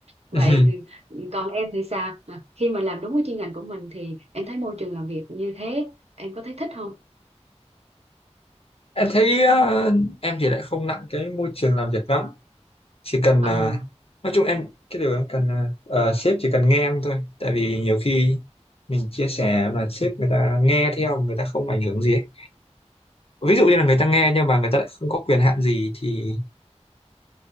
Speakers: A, on the right; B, on the left.
A: vậy
B: Ừm.
A: còn em thì sao À, khi mà làm đúng với chuyên ngành của mình thì em thấy môi trường làm việc như thế em có thấy thích không
B: em thấy ờ, em thì lại không nặng cái môi trường làm việc lắm chỉ cần
A: ờ
B: ờ, nói chung em cái điều em cần là ờ, sếp chỉ cần nghe em thôi tại vì nhiều khi mình chia sẻ mà sếp người ta nghe theo người ta không ảnh hưởng gì ấy.
A: ừ.
B: ví dụ như là người ta nghe nhưng mà người ta lại không có quyền hạn gì thì